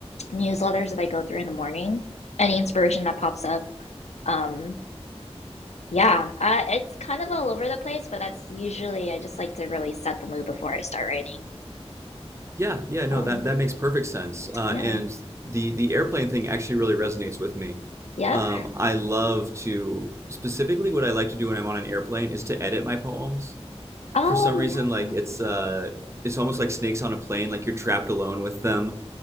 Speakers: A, on the left; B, on the right.
A: newsletters that I go through in the morning. Any inspiration that pops up. Um, yeah, uh, it's kind of all over the place, but that's usually I just like to really set the mood before I start writing.
B: <laughs> yeah, yeah, no,
A: Um,
B: that that makes perfect sense. Uh,
A: yeah,
B: and the the airplane thing actually really resonates with me.
A: yeah.
B: Um, I love to specifically what I like to do when I'm on an airplane is to edit my poems.
A: Oh,
B: For some reason,
A: yeah,
B: like it's uh, it's almost like snakes on a plane, like you're trapped alone with them.